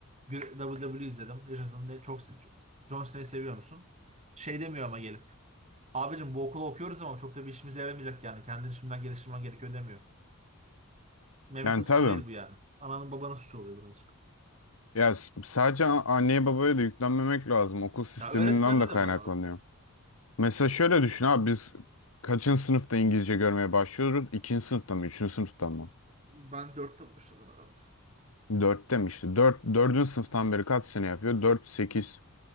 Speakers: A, on the right (about 30°); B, on the left (about 70°).
A: WWE izledim. Yaşasın diye çok se- John Cena'yı seviyor musun? Şey demiyor ama gelip. Abicim bu okulu okuyoruz ama çok da bir işimize yaramayacak yani. Kendini şimdiden geliştirmen gerekiyor demiyor. Mehmet'in
B: Yani
A: suçu
B: tabii.
A: değil bu yani. Ananın babanın suçu oluyor birazcık.
B: Ya s- sadece a- anneye babaya da yüklenmemek lazım. Okul sisteminden
A: Ya öğretmende
B: de kaynaklanıyor.
A: de var. abi.
B: Mesela şöyle düşün abi biz kaçıncı sınıfta İngilizce görmeye başlıyoruz? İkinci sınıfta mı? Üçüncü sınıfta mı?
A: Ben dörtte başladım herhalde.
B: Dörtte mi işte? Dört, dördüncü sınıftan beri kaç sene yapıyor? Dört, sekiz.